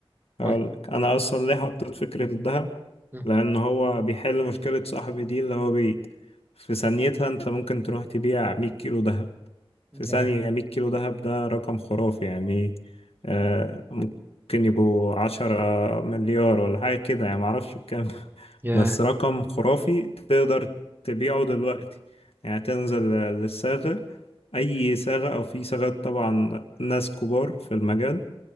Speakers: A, on the left; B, on the right.
A: هقول
B: قولي
A: لك انا اصلا ليه حطيت فكره الذهب
B: مم.
A: لان هو بيحل مشكله صاحبي دي اللي هو بي في ثانيتها انت ممكن تروح تبيع 100 كيلو ذهب في ثانيه
B: يا
A: 100 كيلو ذهب ده رقم خرافي يعني آه ممكن يبقوا 10 مليار ولا حاجه كده يعني معرفش بكام <laughs>
B: يا
A: بس رقم خرافي تقدر تبيعه دلوقتي يعني تنزل للصاغه اي صاغه او في صاغات طبعا ناس كبار في المجال